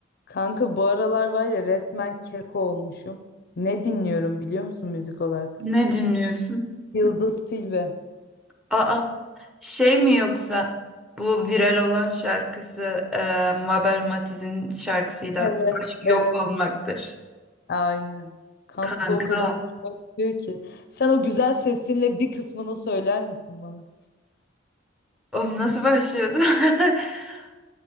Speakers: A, on the left; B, in the centre.
A: Kanka bu aralar var ya resmen keko olmuşum. Ne dinliyorum biliyor musun müzik olarak?
B: Ne dinliyorsun?
A: Yıldız Tilbe.
B: Aa, şey mi yoksa bu viral olan şarkısı e, Mabel Matiz'in şarkısıydı.
A: Evet,
B: Aşk yok
A: evet,
B: olmaktır.
A: aynen. Kanka
B: Kanka.
A: o kadar hoşuma gidiyor ki. Sen o güzel sesinle bir kısmını söyler misin bana?
B: O nasıl başlıyordu? <laughs>